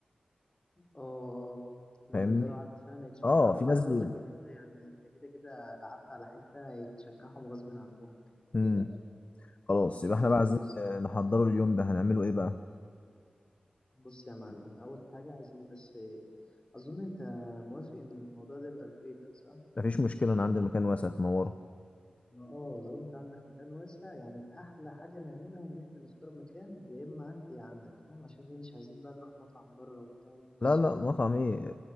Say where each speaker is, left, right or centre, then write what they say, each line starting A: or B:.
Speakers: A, on the left; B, on the left.
A: اه آه. لما
B: فاهمني
A: يلاقوا عدد فعلا يتشجعوا
B: اه في
A: وعايز
B: ناس بي...
A: اقول لك ان انت يعني انت كده كده لعبت على حتة يتشجعهم غصب عنهم يعني
B: مم.
A: متقلقش
B: خلاص يبقى احنا
A: الفلوس
B: بقى عايزين آه، نحضره اليوم ده هنعمله ايه بقى
A: بص يا معلم اول حاجة عايزين بس آه، اظن انت موافق ان الموضوع ده يبقى في بيتك صح
B: مفيش مشكلة انا عندي المكان واسع تنوره
A: ما اه لو انت عندك مكان واسع يعني احلى حاجة نعملها ان احنا نختار مكان يا اما عندي يا عندك فاهم عشان ايه مش عايزين بقى نروح مطعم بره وبتاع والقصة
B: لا لا
A: دي
B: مطعم ايه آه،